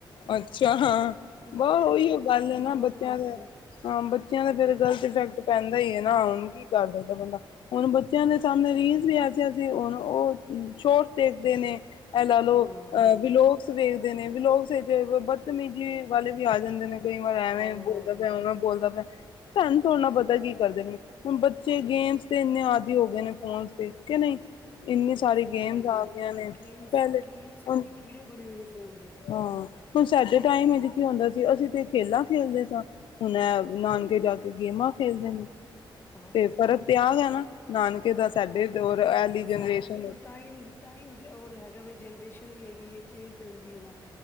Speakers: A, on the left (about 80°); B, on the left (about 25°).
A: ਅੱਛਾ ਹਾਂ ਬਸ
B: ਬੜੇ
A: ਉਹੀ ਗੱਲ ਹੈ
B: ਜ਼ੁਬਾਨ
A: ਨਾ ਬੱਚਿਆਂ
B: ਲੜਾਂਦੇ
A: ਦਾ।
B: ਨੇ
A: ਹਾਂ ਬੱਚਿਆਂ ਦਾ ਫੇਰ ਗ਼ਲਤ ਇਫੈਕਟ ਪੈਂਦਾ ਹੀ ਹੈ ਨਾ ਹੁਣ ਕੀ ਕਰ ਸਕਦਾ ਬੰਦਾ। ਹੁਣ ਬੱਚਿਆਂ ਦੇ ਸਾਹਮਣੇ ਰੀਲਸ ਵੀ ਐਸੀ ਐਸੀ ਹੁਣ ਉਹ ਸ਼ੋਰਟਸ ਦੇਖਦੇ ਨੇ। ਇਹ ਲਾ ਲਓ
B: ਹਾਂ
A: ਅ ਵਲੋਗਜ ਵੇਖਦੇ ਨੇ ਵਲੋਗਜ਼ ਵਿੱਚ ਬਦਤਮੀਜੀ ਵਾਲੇ ਵੀ ਆ ਜਾਂਦੇ ਨੇ। ਕਈ ਵਾਰ ਐਵੇਂ
B: ਆਹੋ-ਆਹੋ।
A: ਬੋਲਦਾ ਪਿਆ ਉਵੇਂ ਬੋਲਦਾ ਪਿਆ ਫੇਨਸ ਨੂੰ ਥੋੜਾ ਪਤਾ ਕੀ ਕਰਦੇ ਪਏ ਨੇ। ਹੁਣ ਬੱਚੇ ਗੇਮਸ ਤੇ ਇੰਨੇ ਆਦਿ ਹੋ ਗਏ ਨੇ ਫੋਨ ਤੇ ਕਿ ਨਹੀਂ। ਇੰਨੀ
B: ਉਹ
A: ਸਾਰੀ
B: ਸਹੀ
A: ਗੇਮਸ
B: ਗੱਲ ਹੈ।
A: ਆ ਗਈਆਂ ਨੇ
B: ਗੇਮਸ,
A: ਪਹਿਲੇ
B: ਗੇਮਸ
A: ਹੁਣ
B: ਕਰਕੇ ਕੀੜੇ ਬਣੇ ਹੋਏ ਨੇ ਫੋਨ ਦੇ।
A: ਹਾਂ, ਹੁਣ ਸਾਡੇ ਟਾਈਮ ਵਿੱਚ ਕੀ ਹੁੰਦਾ ਸੀ। ਅਸੀਂ ਤੇ ਖੇਲਾਂ ਖੇਲਦੇ ਸਾਂ। ਹੁਣ ਅਹ ਨਾਨਕੇ ਜਾ ਕੇ ਗੇਮਾਂ ਖੇਲਦੇ ਨੇ।
B: ਆਹੋ
A: ਤੇ ਫਰਕ ਪਿਆ ਆ ਗਿਆ ਨਾਨਕੇ ਦਾ ਸਾਡੇ ਕੋਲ ਐਲੀ ਜਨਰੇਸ਼ਨ।
B: ਸਾਰੇ ਦੇਖੋ ਟਾਈਮ। ਟਾਈਮ ਜੇ ਔਰ ਹੈਗਾ ਵੀ ਜਨਰੇਸ਼ਨ ਵੀ ਹੈਗੀ ਹੈ। ਚੇਂਜ ਤੇ ਹੁੰਦੀ ਹੈ ਨਾ।